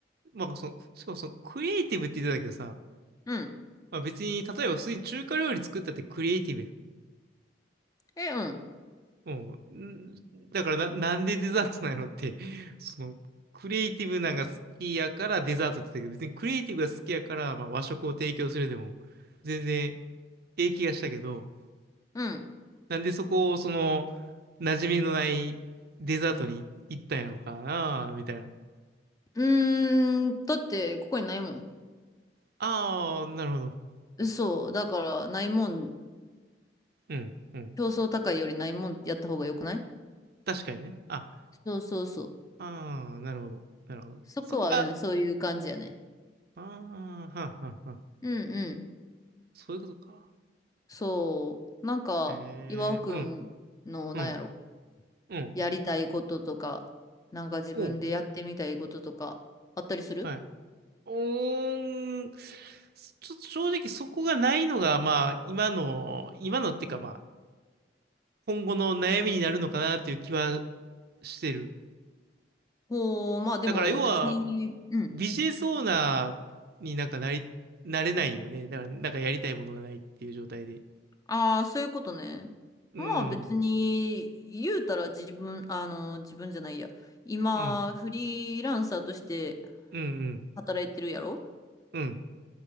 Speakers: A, on the right; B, on the left.
A: まあ、そ、しかもその、クリエイティブって言ってたけどさ、
B: うん。
A: まあ、別に、例えば普通に中華料理作ったってクリエイティブやん
B: え、うん。
A: もう、んだからな、なんでデザートなんやろって、<laughs> その、クリエイティブなんが好きやからデザートって言ったけど、別にクリエイティブが好きやから、まあ、和食を提供するでも、全然、ええ気がしたけど、
B: うん。
A: なんでそこを、その、馴染みのないデザートに行ったんやろかな、みたいな。
B: うーん、だってここにないもん。
A: ああ、なるほど。
B: そう、だからないもん、
A: うん、うん。
B: 競争高いよりないもんやった方がよくない
A: 確かにね。あ、
B: そうそうそう。
A: ああ、なるほど。なるほど。
B: そこは、
A: そこは、
B: うん、そういう感じやね。
A: ああ、はんはんはん。
B: うんうん。
A: そういうことか。
B: そう、なんか、
A: ええうん、
B: 岩尾くんの、
A: うん。
B: なんやろ、
A: うん
B: やりたいこととか、なんか自分でやってみたいこととか、
A: おう、
B: あったりする
A: はい。おーん、ちょっと正直そこがないのが、まあ、今の、今のっていうか、まあ、今後の悩みになるのかなっていう気はしてる。
B: ほう、まあでも別に、
A: だから要は、
B: うん。
A: ビジネスオーナーになんかなり、なれないよね。だから、なんかやりたいものがないっていう状態で。
B: ああ、そういうことね。
A: うん、
B: まあ別に、言うたら自分、あの、自分じゃないや。今、
A: うん、
B: フリーランサーとして
A: うん、うん、
B: 働いてるやろ
A: うん。